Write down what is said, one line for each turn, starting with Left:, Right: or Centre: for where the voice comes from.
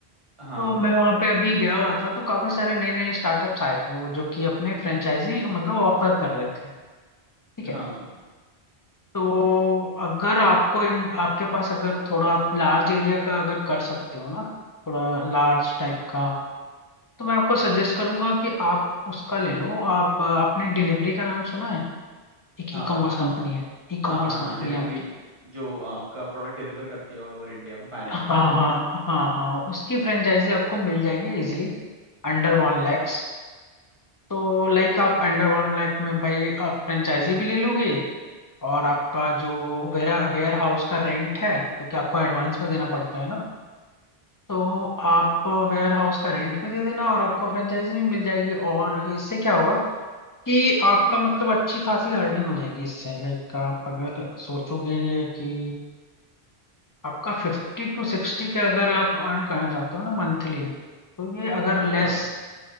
Right: हाँ
Left: तो मैं वहाँ पे अभी गया हुआ था तो काफी सारे नए नए स्टार्टअप्स आए थे वो जो कि अपने फ्रेंचाइजी मतलब ऑफर कर रहे थे ठीक है
Right: हाँ
Left: तो अगर आपको इन आपके पास अगर थोड़ा आप लार्ज एरिया का अगर कर सकते हो ना थोड़ा लार्ज टाइप का तो मैं आपको सजेस्ट करूंगा कि आप उसका ले लो आप आपने डिलीवरी का नाम सुना है एक
Right: हाँ
Left: ई कॉमर्स कंपनी है ई
Right: हाँ
Left: कॉमर्स
Right: हाँ
Left: कंपनी
Right: हाँ डिलीवरी
Left: है आपकी
Right: जो आपका प्रोडक्ट डिलीवर करती है ऑल ओवर इंडिया में पैन इंडिया
Left: हाँ
Right: में ना
Left: हाँ हाँ हाँ उसकी फ्रेंचाइजी आपको मिल जाएगी इजिली अंडर वन लैक्स तो लाइक आप अंडर वन लाख में भाई आप फ्रेंचाइजी भी ले लोगे और आपका जो वेरा वेयर हाउस का रेंट है क्योंकि आपको एडवांस में देना पड़ता है ना तो आप वेयर हाउस का रेंट पे दे देना और आपको फ्रेंचाइजी भी मिल जाएगी और इससे क्या होगा कि आपका मतलब अच्छी खासी अर्निंग हो जाएगी इससे लाइक आप अगर सोचोगे कि आपका फिफ्टी टू सिक्सटी के अगर आप अर्न करना चाहते हो ना मंथली तो ये अगर लेस
Right: हाँ